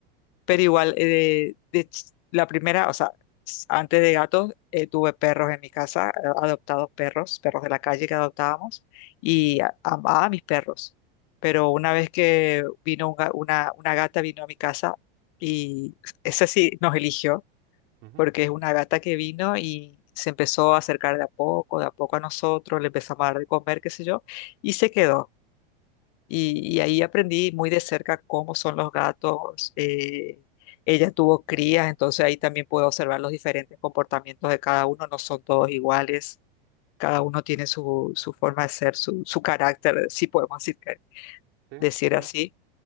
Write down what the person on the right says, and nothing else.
Ujú,
ujú,
ujú, ujú.
Sí,
sí.